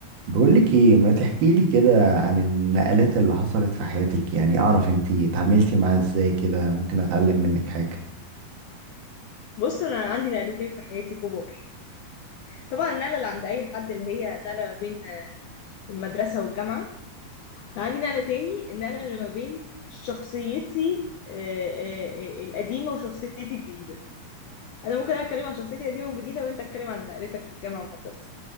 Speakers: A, on the right (about 85°); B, on the left (about 80°).
A: بقولك ايه ما تحكيلي كده عن النقلات اللي حصلت في حياتك يعني اعرف انتي اتعاملتي معاها ازاي كده ممكن اتعلم منك حاجة
B: بص انا عندي نقلتين في حياتي كبار طبعا النقله اللي عند اي حد اللي هي النقله ما بين المدرسه والجامعه وكان عندي نقله تاني النقله اللي ما بين شخصيتي آه، آه، آه، القديمه وشخصيتي الجديده انا ممكن اتكلم عن شخصيتي القديمه والجديده وانت اتكلم عن نقلتك في الجامعه والمدرسه